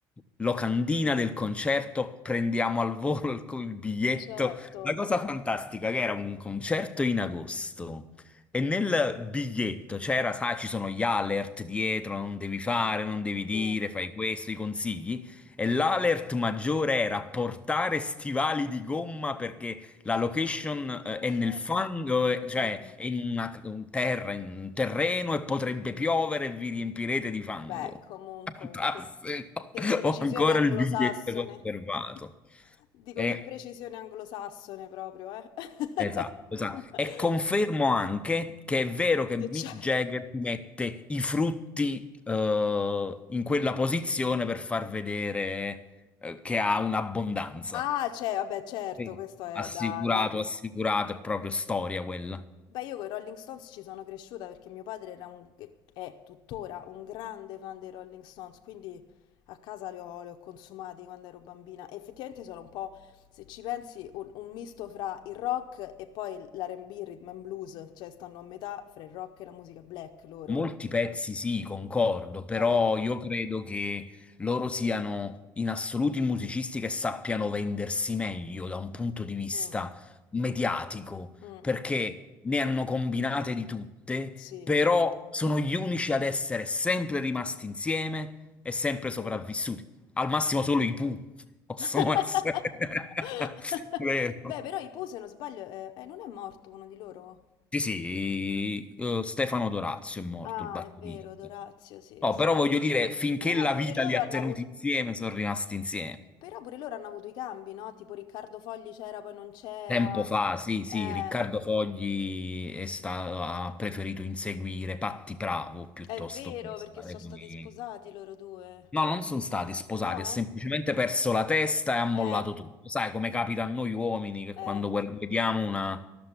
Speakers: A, on the left; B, on the left.
A: Locandina del concerto, prendiamo al volo il, il biglietto.
B: certo,
A: La cosa fantastica che era un concerto in agosto e nel biglietto c'era, sai, ci sono gli alert dietro, non devi fare, non devi dire,
B: sì.
A: fai questo, i consigli. E l'alert maggiore era portare stivali di gomma perché la location eh,
B: <laughs>
A: è nel fango, eh, cioè
B: No.
A: è in una un terra, in un terreno e potrebbe piovere e vi riempirete di fango.
B: Beh, comunque,
A: Fantastico!
B: che, che
A: <laughs>
B: precisione
A: Ho ancora
B: anglosassone.
A: il biglietto conservato.
B: <laughs> Dico
A: E-
B: che precisione anglosassone proprio, eh.
A: esatto,
B: <laughs>
A: esatto. E confermo anche che è vero che
B: Che
A: Mick
B: c'era.
A: Jagger ti mette i frutti eh, in quella posizione per far vedere eh, che ha un'abbondanza.
B: Ah, c'è, vabbè, certo,
A: Sì.
B: questo è
A: Assicurato,
B: da, no?
A: assicurato, è proprio storia quella.
B: Beh, io con i Rolling Stones ci sono cresciuta perché mio padre era un, è tuttora un grande fan dei Rolling Stones, quindi a casa li ho, li ho consumati quando ero bambina. E effettivamente sono un po', se ci pensi, un, un misto fra il rock e poi l'R&B, rhythm and blues, cioè stanno a metà fra il rock e la musica black loro.
A: Molti pezzi sì, concordo, però
B: Eh,
A: io credo che loro siano in assoluti musicisti che sappiano vendersi meglio da un punto di vista
B: mm,
A: mediatico,
B: mm,
A: perché
B: mm, mm,
A: ne hanno combinate di tutte,
B: sì,
A: però sono gli unici ad essere sempre rimasti insieme e sempre sopravvissuti.
B: vero.
A: Al massimo solo i Pooh possono
B: <laughs>
A: essere. <laughs> Vero.
B: Beh, però i Pooh, se non sbaglio, eh, eh, non è morto uno di loro?
A: Sì, sì, eh, Stefano Dorazio è morto,
B: Ah,
A: il batterista.
B: è vero, Dorazio, sì,
A: No,
B: sì.
A: però voglio dire, finché
B: Però
A: la
B: pure
A: vita
B: loro
A: li ha
B: hanno
A: tenuti
B: avuto,
A: insieme, sono rimasti insieme.
B: però pure loro hanno avuto i cambi, no? Tipo Riccardo Fogli c'era, poi non c'era.
A: Tempo fa, sì, sì,
B: Eh,
A: Riccardo Fogli è sta- ha preferito inseguire Patti Bravo piuttosto
B: è vero,
A: che stare
B: perché sono
A: con
B: stati
A: i...
B: sposati loro due.
A: No, non sono stati sposati,
B: No?
A: ha semplicemente perso la testa e ha mollato
B: Eh,
A: tutto. Sai come capita a noi uomini che
B: eh.
A: quando guard- vediamo una,